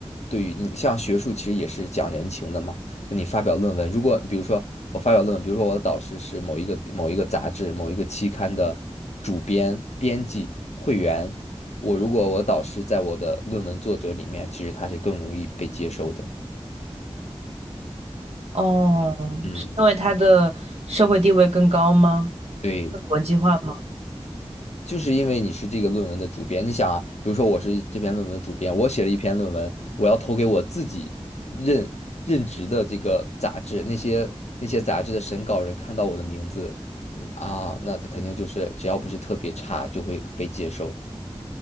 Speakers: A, on the left (about 90°); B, on the right (about 75°).
A: 对于你像学术其实也是讲人情的嘛。就你发表论文，如果比如说我发表论文，比如说我的导师是某一个某一个杂志、某一个期刊的主编、编辑、会员，我如果我导师在我的论文作者里面，其实他是更容易被接收的。
B: 哦，
A: 嗯，
B: 是因为他的社会地位更高吗？
A: 对，
B: 更国际化吗？
A: 就是因为你是这个论文的主编，你想啊，比如说我是这篇论文的主编，我写了一篇论文，我要投给我自己任任职的这个杂志，那些那些杂志的审稿人看到我的名字，嗯啊，那肯定就是只要不是特别差，就会被接收。